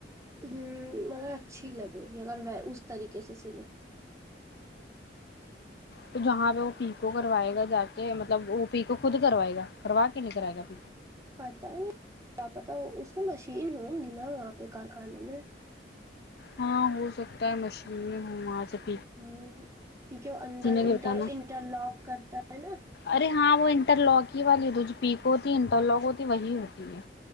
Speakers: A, on the right; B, on the left.
A: ہوں مگر اچھی لگے گی اگر میں اس طریقے سے سی لو
B: تو جہاں پہ وہ پی کوو کروائے گا جا کے مطلب وہ پی کوو خود کروائے گا کروا کے نہیں کرائے گ
A: پتا کیا پتا اس مشین ہوں گی نا وہاں پہ کارخانے میں
B: ہاں ہو سکتا ہے مشین میں ہم آ سک
A: ہ کیونکہ وہ اندر
B: بھی
A: انٹر
B: بتانا
A: انٹر لاک کرتا ہے نا
B: ارے ہاں وہ انٹر لاک ہی والی ہوتی جو پیک ہوتی ہے انٹر لک ہوتی ہے وہی ہوتی ہے